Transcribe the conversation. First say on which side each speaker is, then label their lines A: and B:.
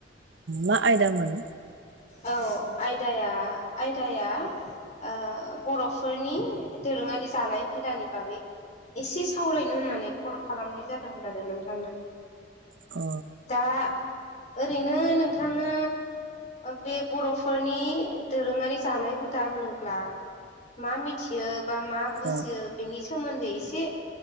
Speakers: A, on the right (about 75°); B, on the left (about 40°).
A: मा आयदा मोनो
B: औ आयदाया आयदाया ओ बर'फोरनि दोरोङारि जानाय हुदानि बागै एसे सावरायनो होननानै कल खालामनाय जादोंमोन आरो नोंथांनो
A: अ
B: दा ओरैनो नोंथाङा बे बर'फोरनि दोरोङारि जानाय हुदा होनोब्ला मा मिथियो बा मा बुजियो
A: औ
B: बेनि सोमोन्दै एसे